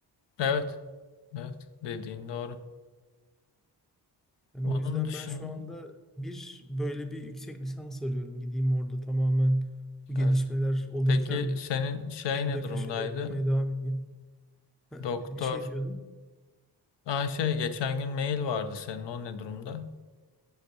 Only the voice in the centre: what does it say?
Yani
o yüzden
ben şu anda bir böyle bir yüksek lisans arıyorum. Gideyim orada tamamen bu gelişmeler
olurken
kıyıda
köşede okumaya devam edeyim. Ha,
bir şey diyordum.